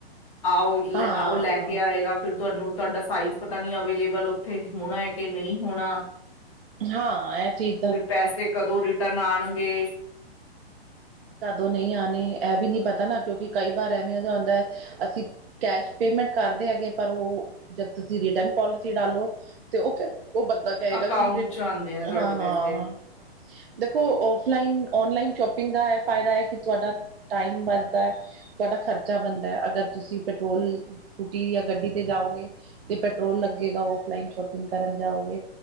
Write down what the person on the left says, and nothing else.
ਆਓ ਲੈ
ਓ ਲੈ ਕੇ ਆਏਗਾ ਫੇਰ ਤੁਆਨੂੰ ਤੁਆਡਾ ਸਾਈਜ਼ ਪਤਾ ਨੀ ਅਵੇਲੇਬਲ ਓਥੇ ਜ ਹੋਨਾ ਐ ਕਿ ਨਈ ਹੋਨਾ।
ਫੇਰ ਪੈਸੇ ਕਦੋਂ ਰਿਟਰਨ ਆਣਗੇ
ਅਕਾਊਂਟ
ਚ ਆਉਂਦੇ ਆ ਤੁਹਾਡੇ
ਪੈਸੇ